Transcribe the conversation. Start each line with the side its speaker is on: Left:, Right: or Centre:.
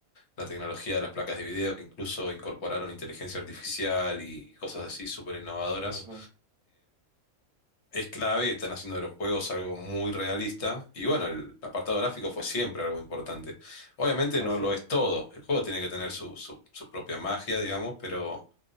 Left: la tecnología de las placas de video, que incluso incorporaron inteligencia artificial y cosas así súper innovadoras,
Right: Ujú.
Left: es clave, están haciendo de los juegos algo muy realista y bueno, el apartado gráfico fue siempre algo importante. Obviamente
Right: Pues
Left: no
Right: siempre,
Left: lo es todo, el juego tiene que tener su, su, su propia magia, digamos, pero,